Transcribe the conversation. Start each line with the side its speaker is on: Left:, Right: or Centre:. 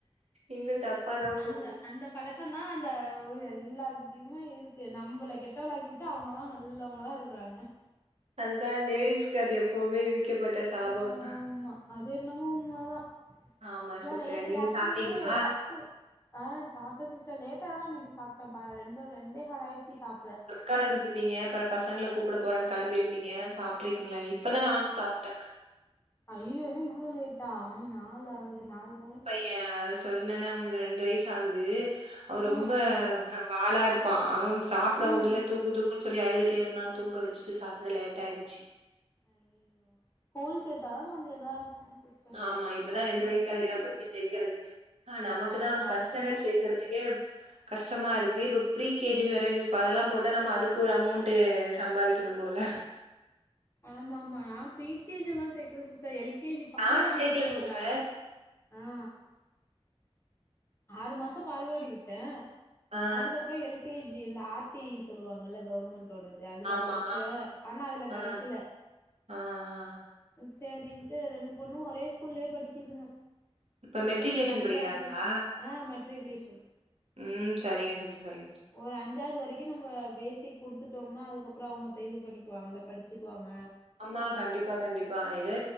Right: இன்னு தப்பா தா
Left: அந்த
Right: போகு
Left: அந்த பழக்கந்தா அந்த ஒரு எல்லார் கிட் டயுமு இருக்கு நம்பள கெட்டவளாக்கி வுட்டு அவங்கல்லா நல்லவங்களா இருக்குறாங்க
Right: அதுதா லேடிஸ்க்கு அது எப்பவ்மே விதிக்கப்பட்ட சாபம்
Left: ஆமா அது என்னமோ உண்மதா
Right: ஆமா
Left: தோ
Right: சிஸ்டர்
Left: நேத்து
Right: நீங்க
Left: ராத்திரியே
Right: சாப்பிட்டீங்களா
Left: பத்து ஆ சாப்ட்டே சிஸ்டர் லேட்டா தா இன்னைக்கு சாப்ட்டேப்பா ரெண்டு ரெண்டேஹால் ஆயிடுச்சி சாப்பிட
Right: கால இருந்திருப்பீங்க அப்பற பசங்கள கூப்பட போறன் கெளம்பிருப்பீங்க சாப்ட்ருப்பீங்ளா இப்பதா நானு சாப்ட்டே
Left: அய்யயோ என்னா இவ்ளோ லேட்டா மணி நால் ஆவ்து நால்ர
Right: யே சொன்னனா அவுங்களுக் ரெண்டு வய்சாகுது அவ
Left: ம்
Right: ரொம்ப
Left: ம்
Right: அ வாலா இருப் பா அவம் சாப்பட
Left: ம்
Right: உடுல தூக்கு தூக்குன் சொல்லி அழுதுட்டே இருந்தா தூங்க வெச்சிட்டு சாப்ட லேட் ஆயிடுச்சி
Left: அய்யயோ ஸ்கூல் சேத்தா தா கொஞ்ச இதா இருக்கு சிஸ்
Right: ஆமா இப்பதா ரெண்டு வயசாகுது எங்க கொண்டு சேக்கறது ஆ நமக்கு
Left: அடுத்த
Right: தா ஃபஸ்ட்
Left: வருஷந்தா
Right: ஸ்டேண்டட் சேக் கிறத்துக்கே கஷ்டமா இருக்கு இப்ப ப்ரீ கே ஜி னு வேற யூஸ்ப்பா அதெல்லா போட்டா நம்ம அதுக்கு ஒரு அமௌண்ட்டு சம்பாரிக்கணு போல
Left: ஆமா ஆமா நா ப்ரீ கே ஜி எல்லா சேக்கல சிஸ்டர் எல் கே ஜி பால்வாடி
Right: நானும் சேர்க்கல
Left: விட்டே
Right: சிஸ்டர்.
Left: ஒரு ஆறு ஆ ஆறு மாசோ பால்வாடி விட்டே
Right: ஆ,
Left: அதுக்கப்பறோ எல் கே ஜி இந்த ஆர் டி சொல்லுவாங்கல்ல கவுர்மெண்ட்டோடது அதுல
Right: ஆமா.
Left: போட்ட ஆனா அதுல
Right: ஆ,
Left: கெடைக்கில
Right: ஆ ஆ
Left: ம் சேரின்ட்டு ரெண்டு பொண்ணு ஒரே ஸ்கூல்லே படிக்குதுங்க
Right: இப்ப மெட்ரிகுலேஷன்
Left: கொஞ்சோ ஒரு அஞ்சாவ்து
Right: படிக்கிறாங்களா?
Left: ஆ மெட்ரிக்லேஷன்
Right: ம் சரிங்க சிஸ்டர் சரிங்க சிஸ்
Left: ஒரு அஞ்சாவ்து வரைக்கு நம்ம பேசிக் குடுத்துட்டோம்னா அதுக்கப்பறோ அவுங்க தேகில் பண்ணிக்குவாங்கல்ல படிச்சிக்குவாங்க
Right: ஆமா கண்டிப்பா கண்டிப்பா இது